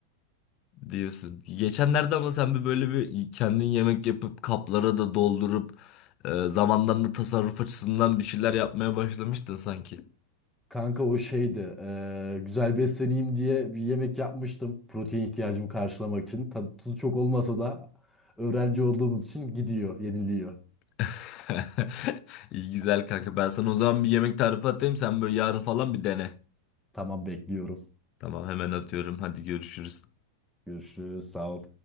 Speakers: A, on the left (about 40°); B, in the centre.
A: Diyorsun. Geçenlerde ama sen bir böyle bir kendin yemek yapıp kaplara da doldurup e, zamandan da tasarruf açısından bir şeyler yapmaya başlamıştın sanki.
B: Kanka o şeydi eee, güzel besleneyim diye bir yemek yapmıştım. Protein ihtiyacımı karşılamak için. Tadı tuzu çok olmasa da öğrenci olduğumuz için gidiyor, yeniliyor.
A: <laughs> İyi güzel kanka. Ben sana o zaman bir yemek tarifi atayım. Sen böyle yarın falan bir dene.
B: Tamam bekliyorum.
A: Tamam hemen atıyorum. Hadi görüşürüz.
B: Görüşürüz sağ ol.